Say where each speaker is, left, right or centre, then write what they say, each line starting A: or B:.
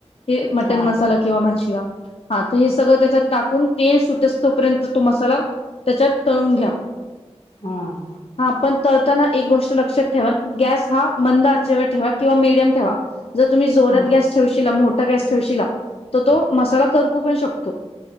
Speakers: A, on the left; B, on the left.
A: हे मटन
B: हां,
A: मसाला किंवा म्हण हा हे सगळं त्याच्यात टाकून तेल सुटोपर्यंत. तो मसाला त्याच्यात तळून घ्या
B: हम
A: हा पण तळताना एक गोष्ट लक्षात ठेवा गॅस हा मंद आचेवर ठेवा किंवा मिडियम ठेवा जर तुम्ही जोरात
B: ओके.
A: गॅस ठेवशील मोठ गॅस ठेवला तर तो मसाला करपू पण शकतो